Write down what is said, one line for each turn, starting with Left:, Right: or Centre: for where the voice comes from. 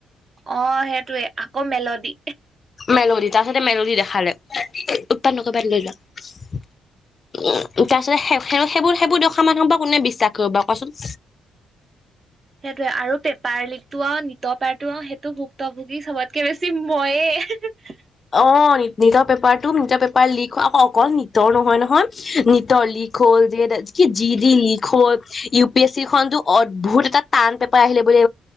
Right: অ সেইটয়ে আকৌ মেলডি
Left: মেলোৰি তাৰ পাছতে মেৰ দি দেখালে উৎপাদনকবাত লৈ যোৱা উ তাৰপিছতে সেইবোৰ সেইবোৰ দেখা মানুহৰ পৰা কোনে বিশ্বাস কৰিবাৰু কোৱাচোন
Right: সেইটোয়ে আৰু পেপাৰ লিকতটো অ নিত পাৰটো সেইটো ভুক্তভোগী চবতকে বেছি ময়ে
Left: অ ন নিতৰ পেপাৰটো নিতৰ পেপাৰ লিক আকৌ অকল নটৰ নহয় নহয় নটৰ লিক হ'ল যে যি যি লিক হল ইউ পি এছ চি খনতো অদ্ভুত এটা টান পেপাৰ আহিলে বুলি